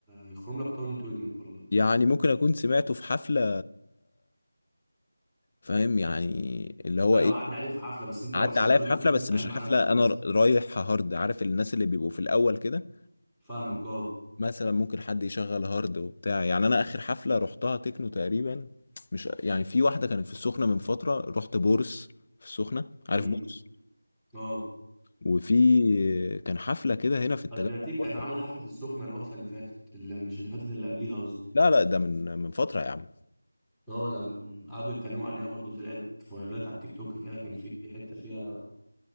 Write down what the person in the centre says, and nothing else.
هيخرم لك طاوله ودنك والله
ايوه
عدى عليك في حفله بس انت
ما تشغلوش
انت وأنت
قاعد
مع
نفسك مثلا
فاهمك اه
امم
اه
ادرياتيك
كانت عامله حفله في السخنه الوقفه اللي فاتت اللي مش اللي فاتت اللي قبليها قصدي
اه لا قعدوا يتكلموا عليها برضو طلعت فايرات على التيك توك كده كان في حته فيها